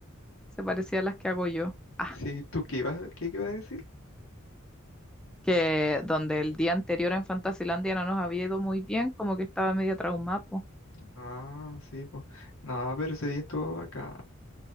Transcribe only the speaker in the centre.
Se parecía a las que hago yo. Ah,
que donde el día anterior en Fantasilandia no nos había ido muy bien, como que estaba media traumada, po.